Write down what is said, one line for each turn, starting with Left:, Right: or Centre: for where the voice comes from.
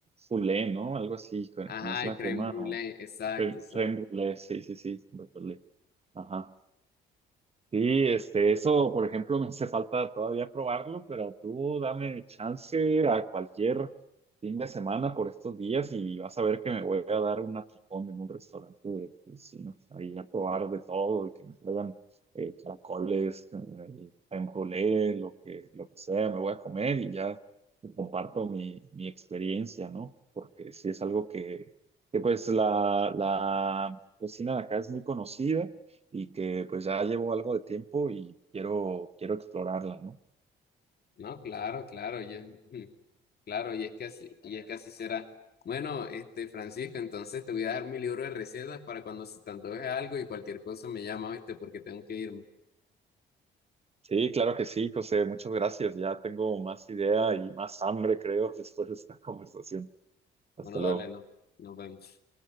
Right: foulée, ¿no? Algo así, co-
Left: Ajá,
Right: como es la
Left: el crème
Right: crema.
Left: brûlée, exacto,
Right: Femme
Left: exacto.
Right: femme brûlée, sí, sí, sí, me acordé. Ajá. Sí, este, eso, por ejemplo, me hace falta todavía probarlo, pero tú dame chance a cualquier fin de semana por estos días y vas a ver que me voy a dar un atracón en un restaurante de vecinos, ahí a probar de todo y que me traigan eh, caracoles, eh, crème brûlée, lo que, lo que sea, me voy a comer y ya te comparto mi, mi experiencia, ¿no? Porque sí es algo que, que pues la, la cocina de acá es muy conocida y que pues ya llevo algo de tiempo y quiero, quiero explorarla, ¿no?
Left: No, claro, claro, y es- <laughs> claro, y es que así, y es que así será. Bueno, este, Francisco, entonces te voy a dar mi libro de recetas para cuando se te antoje algo y cualquier cosa me llamas ¿viste? Porque tengo que irme.
Right: Sí, claro que sí, José, muchas gracias. Ya tengo más idea y más hambre, creo, <laughs> después de esta conversación. Hasta
Left: Bueno, dale,
Right: luego.
Left: no, nos vemos.